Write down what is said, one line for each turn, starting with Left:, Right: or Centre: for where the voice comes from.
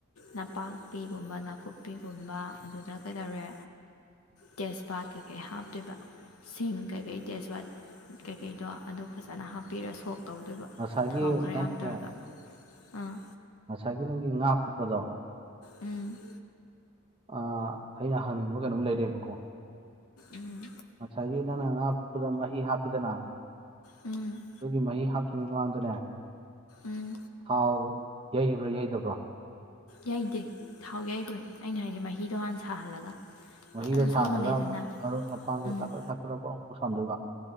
Left: ꯅꯄꯥꯛꯄꯤ ꯒꯕ ꯅꯥꯀꯨꯞꯄꯤꯒꯨꯝꯕ ꯑꯗꯨꯗ ꯀꯩꯗꯧꯔꯦ ꯇꯦꯖꯄꯥꯠ ꯀꯩꯀꯩ ꯍꯥꯞꯇꯣꯏꯕ ꯁꯤꯡ ꯀꯩꯀꯩ ꯇꯦꯖꯋꯥꯠ ꯀꯩꯀꯩꯗꯣ ꯑꯗꯨ ꯐꯖꯅ ꯍꯥꯞꯄꯤꯔꯒ ꯁꯣꯛ ꯇꯧꯗꯣꯏꯕ
Right: ꯉꯁꯥꯏꯒꯤ
Left: ꯊꯥꯎ ꯈꯔ
Right: ꯅꯪꯠꯇꯅꯦ
Left: ꯌꯥꯝ ꯇꯧꯔꯒ ꯑꯥ
Right: ꯉꯁꯥꯏꯒꯤ ꯅꯪꯒꯤ ꯉꯥ ꯐꯨꯠꯄꯗꯣ
Left: ꯎꯝ
Right: ꯑ ꯑꯩꯅ ꯍꯪꯅꯤꯡꯕ ꯀꯩꯅꯣꯝ ꯂꯩꯔꯦꯕꯀꯣ
Left: ꯎꯝ
Right: ꯉꯁꯥꯏꯒꯤ ꯅꯪꯅ ꯉꯥ ꯐꯨꯠꯄꯗ ꯃꯍꯤ ꯍꯥꯞꯄꯤꯗꯅ
Left: ꯎꯝ
Right: ꯑꯗꯨꯒꯤ ꯃꯍꯤ ꯍꯥꯞꯇ꯭ꯔꯤꯉꯩ ꯃꯃꯥꯡꯗꯅꯦ
Left: ꯎꯝ
Right: ꯊꯥꯎ ꯌꯩꯕ꯭ꯔꯥ ꯌꯩꯗꯕ꯭ꯔꯣ
Left: ꯌꯥꯩꯗꯦ ꯊꯥꯎ ꯌꯥꯩꯔꯣꯏ ꯑꯩꯅ ꯍꯥꯏꯁꯦ ꯃꯍꯤꯗꯣ ꯍꯥꯟꯅ ꯁꯥꯍꯜꯂꯒ
Right: ꯃꯍꯤꯗ
Left: ꯐꯖꯅ
Right: ꯁꯥꯥꯟꯔꯒ
Left: ꯁꯧꯍꯜꯂꯦꯗꯅ
Right: ꯃꯔꯣꯏ ꯃꯄꯥꯡ ꯀꯩꯀꯥꯂꯣꯏ
Left: ꯎꯝ
Right: ꯊꯥꯀꯠꯂꯒ ꯄꯣꯔꯣꯛ ꯑꯃꯧꯛ ꯁꯣꯟꯗꯒ